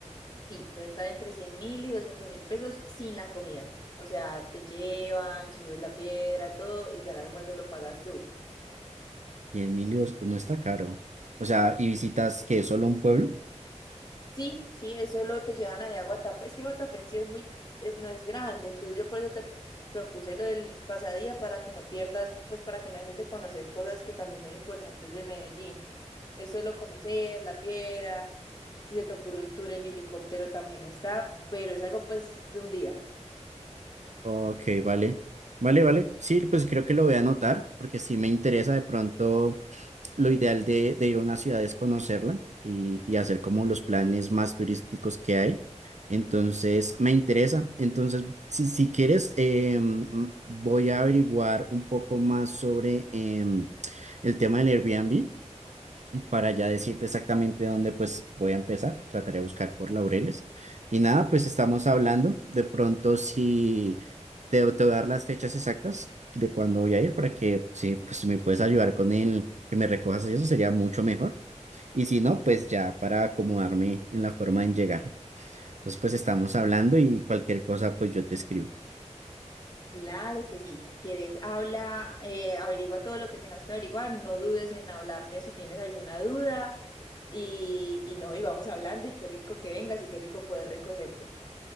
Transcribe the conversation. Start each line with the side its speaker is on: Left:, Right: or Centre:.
Left: Sí, puede estar entre 100 mil y 200 mil pesos sin la comida. O sea, te llevan, subes la piedra, todo, y ya el almuerzo lo pagas tú.
Right: Y en Emilio no está caro. O sea, ¿y visitas que solo un pueblo?
Left: Sí, sí, eso lo te llevan allá a Guatapé. Es que Guatapé en sí es muy, es, no es grande, entonces yo por eso te propuse lo del pasadía para que no pierdas, pues para que no dejes de conocer cosas que también son importantes de Medellín. Es solo conocer la piedra, si se te ocurre un tour en helicóptero también está, pero es algo pues de un día.
Right: Ok, vale. Vale, vale. Sí, pues creo que lo voy a anotar porque sí me interesa de pronto lo ideal de, de ir a una ciudad es conocerla y, y hacer como los planes más turísticos que hay. Entonces, me interesa. Entonces, si, si quieres, em, voy a averiguar un poco más sobre em, el tema del Airbnb para ya decirte exactamente dónde pues voy a empezar. Trataré de buscar por Laureles. Y nada, pues estamos hablando. De pronto si te, te voy a dar las fechas exactas de cuándo voy a ir para que sí pues si me puedes ayudar con el que me recojas y eso sería mucho mejor. Y si no, pues ya para acomodarme en la forma en llegar. Entonces pues estamos hablando y cualquier cosa pues yo te escribo.
Left: Claro que sí, si quieres habla, eh, averigua todo lo que tengas que averiguar, no dudes en hablarme si tienes alguna duda y, y no, y vamos hablando y qué rico que vengas y qué rico poder recogerte.